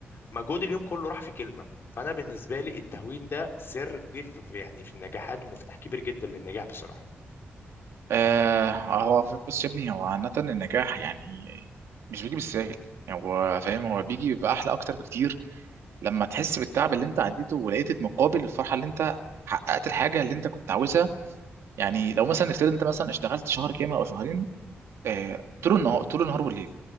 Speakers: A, on the left (about 60°); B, on the right (about 80°).
A: مجهود اليوم كله راح في كلمة فانا بالنسبة لي التهوين ده سر كبير في في- يعني في النجاحات ومفتاح كبير جدا للنجاح بصراحة
B: آه هو بص يا ابني هو عامة النجاح يعني مش بيجي بالساهل يعني هو فاهم هو بيجي بيبقى أحلى أكتر بكتير لما تحس بالتعب اللي أنت عديته ولقيت المقابل الفرحة اللي أنت حققت الحاجة اللي أنت كنت عاوزها يعني لو مثلا نفترض أنت مثلا اشتغلت شهر كامل أو شهرين آه، طول النهار طول النهار والليل